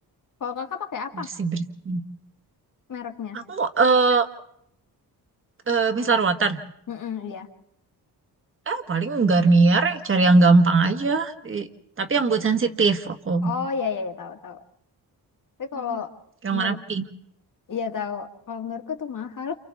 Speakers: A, on the left (about 55°); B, on the right (about 30°).
A: Kalau kakak pakai apa
B: Bersih-bersih.
A: mereknya?
B: Aku eh eh, micellar water
A: Mm-mm, Iya.
B: Eh, paling Garnier, ya, cari yang gampang aja. I- Tapi yang buat sensitif aku.
A: Oh iya iya ya tahu tahu. Tapi
B: Hmm,
A: kalau
B: Yang
A: menurut
B: warna pink.
A: iya tahu. Kalau menurutku tuh mahal.